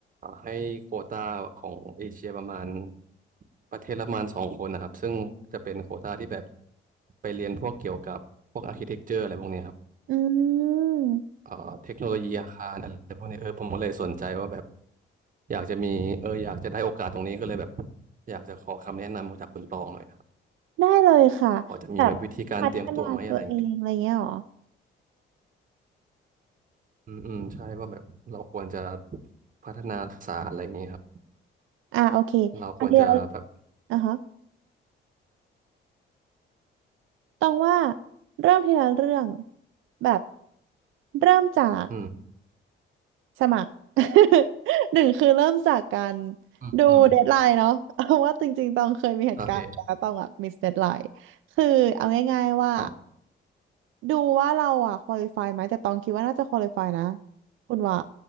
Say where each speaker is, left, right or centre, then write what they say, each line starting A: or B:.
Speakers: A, on the right; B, on the right.
A: ให้โควตาของเอเชียประมาณประเทศละประมาณสองคนนะครับซึ่งจะเป็นโควตาที่แบบไปเรียนพวกเกี่ยวกับพวกอาร์คิเทคเจอร์อะไรพวกเนี้ยครับ
B: อืม
A: เอ่อเทคโนโลยีอาคารอะไรพวกนี้เออผมก็เลยสนใจว่าแบบอยากจะมีเอออยากจะได้โอกาสตรงนี้ก็เลยแบบอยากจะขอคำแนะนำจากคุณตองหน่อยครับ
B: ได้เลยค่ะแบบพัฒนาตัวเองอะไรเงี้ยเหรอ
A: พอจะมีวิธีการเตรียมตัวไหมอะไรอย่างเงี้ยอืมอืมใช่ว่าแบบเราควรจะพัฒนาทักษะอะไรอย่างเงี้ยครับ
B: อ่าโอเคอันเดียว
A: เราควรจะแบบ
B: อ่ะฮะต้องว่าเริ่มทีละเรื่องแบบเริ่มจาก
A: อืม
B: สมัคร <laughs> หนึ่งคือเริ่มจากการ
A: อืมอืม
B: ดูเดดไลน์เนาะ <laughs> เอาว่าจริงๆตองเคยมีเหตุการณ์แล้วตองอะมิสเดดไลน์คือเอาง่ายๆว่า
A: โอเคครับ
B: ดูว่าเราอ่ะควอลิฟายไหมแต่ตองคิดว่าน่าจะควอลิฟายนะคุณว่า